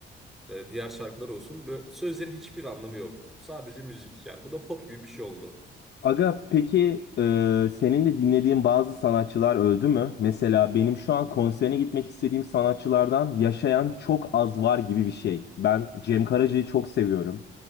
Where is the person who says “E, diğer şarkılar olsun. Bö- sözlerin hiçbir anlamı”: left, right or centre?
Centre